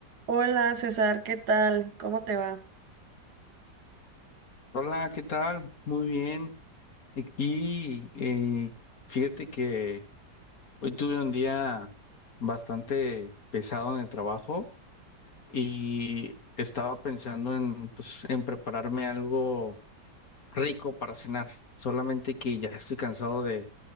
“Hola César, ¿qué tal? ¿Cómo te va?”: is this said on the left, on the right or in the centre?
Right